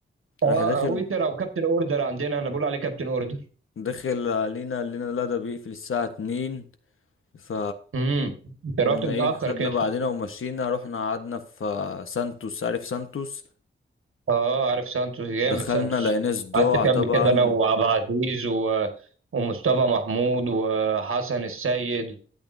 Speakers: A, on the right; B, on the left.
A: اه
B: راح داخل
A: ويتر او كابتن اوردر عندنا احنا بنقول عليه كابتن اوردر
B: داخل علينا قال لنا لا ده بيقفل الساعة اتنين ف
A: امم انت
B: قمنا
A: رحت متأخر
B: ايه خدنا
A: كده
B: بعدنا ومشينا رحنا قعدنا في سانتوس عارف سانتوس
A: اه عارف سانتوس جامد
B: دخلنا
A: سانتوس
B: لقيناه صداع
A: قعدت فيه
B: طبعا
A: قبل كده انا وعبد العزيز و... ومصطفى محمود وحسن السيد